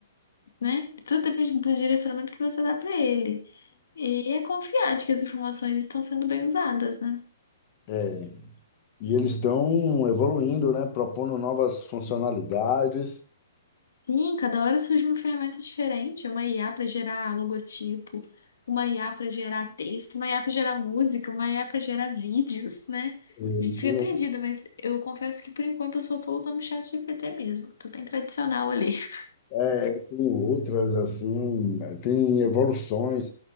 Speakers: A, on the left; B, on the left.
A: né? Tudo depende do direcionamento que você dá para ele. E é confiar de que as informações estão sendo bem usadas, né?
B: É. E eles estão evoluindo, né? Propondo novas funcionalidades.
A: Sim, cada hora surge uma ferramenta diferente, uma IA para gerar logotipo, uma IA para gerar texto, uma IA para gerar música, uma IA para gerar vídeos, né?
B: Eh,
A: A gente
B: Tem
A: fica perdido, mas eu confesso que por enquanto eu só tô usando o chat ChatGPT mesmo. Tô bem tradicional ali. <laughs>
B: É, tem outras assim, tem evoluções,